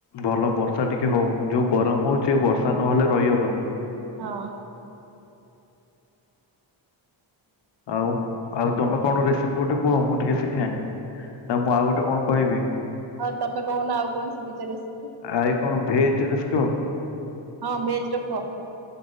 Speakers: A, on the left; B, on the right.
A: ଭଲ ବର୍ଷା ଟିକେ ହଉ ଯୋଉ ଗରମ ହଉଛି ବର୍ଷା ନହେଲେ ରହିହବନି।
B: ହଁ।
A: ଆଉ? ଆଉ ତମେ କଣ ରେସିପି ଗୋଟେ କୁ ମୁଁ ଟିକେ ଶିଖେ ନା ମୁଁ ଆଉ ଗୋଟେ କଣ କହିବି?
B: ହଁ ତମେ କହୁନ ଆଉ କଣ ଶିଖିଚ ରେସିପି?
A: ଆଇ କଣ ଭେଜ ର ଶିଖିବ?
B: ହଁ ଭେଜ୍ ର କୁହ।